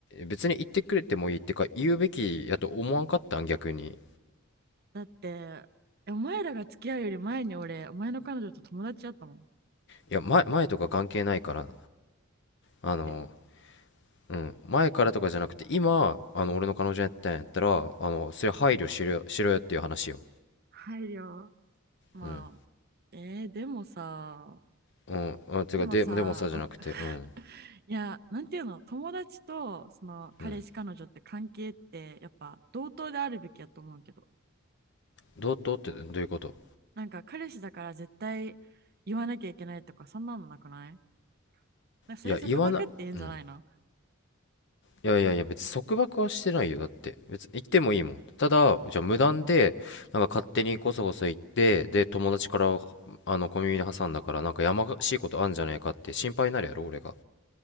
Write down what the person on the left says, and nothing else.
別に言ってくれてもいいってか言うべきやと思わんかったん逆に
いや前、前とか関係ないからあの
うん前からとかじゃなくて今あの俺の彼女やったんやったらあのそれ配慮しろよ、しろよっていう話よ
うん
うんうんてかで、
でもさじゃなくてうん
うん
どうとってどういうこと
いや言わなうんいやいやいや別に束縛はしてないよだって別に行ってもいいもんただじゃあ無断でなんか勝手にこそこそ行ってで友達からあの小耳に挟んだからなんかやましいことあんじゃないかって心配になるやろ俺が